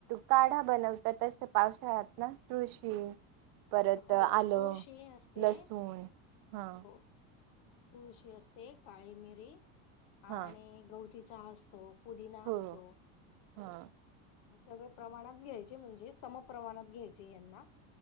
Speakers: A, on the right; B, on the left.
A: काढा बनवतात तस ते पावसाळयात... यात ना तुळशी... परत
B: हो
A: आलं,
B: तुळशी असते
A: लसूण ह
B: हो तुळशी असते काळी मिरी
A: हा
B: आणि गवती चहा असतो तो. पुदिना
A: हो
B: असतो.
A: हा
B: हे सगळे प्रमाणात घ्यायचे म्हणजे समप्रमाणात घ्यायचे यांना